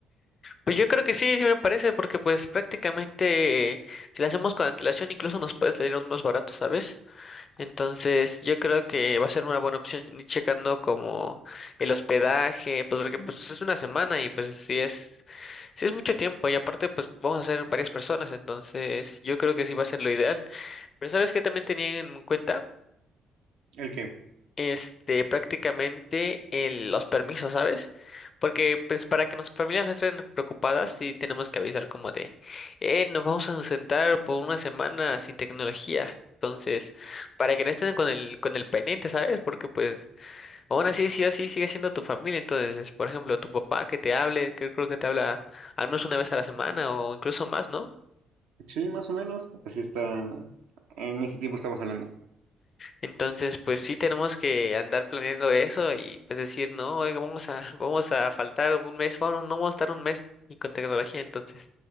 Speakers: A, on the left; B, on the right.
A: Pues yo creo que sí, sí me parece, porque pues prácticamente si lo hacemos con antelación incluso nos puede salir aún más barato, ¿sabes? Entonces yo creo que va a ser una buena opción ir checando como el hospedaje, pues porque pues es una semana y pues sí es, sí es mucho tiempo y aparte pues vamos a ser varias personas, entonces yo creo que sí va a ser lo ideal. Pero ¿sabes qué también tenía en cuenta?
B: ¿El qué?
A: este, prácticamente el- los permisos, ¿sabes? Porque pues para que nuestras familias no estén preocupadas, sí tenemos que avisar como de, eh, nos vamos a sentar por una semana sin tecnología. Entonces, para que no estén con el, con el pendiente, ¿sabes? Porque pues, aún así, sí o sí, sigue siendo tu familia. Entonces, por ejemplo, tu papá que te hable, que creo que te habla al menos una vez a la semana o incluso más, ¿no?
B: Sí, más o menos. Así está. En ese tiempo estamos hablando.
A: Entonces, pues sí tenemos que andar planeando eso y pues decir, no, oiga, vamos a, vamos a faltar un mes, bueno, no vamos a estar un mes ni con tecnología, entonces,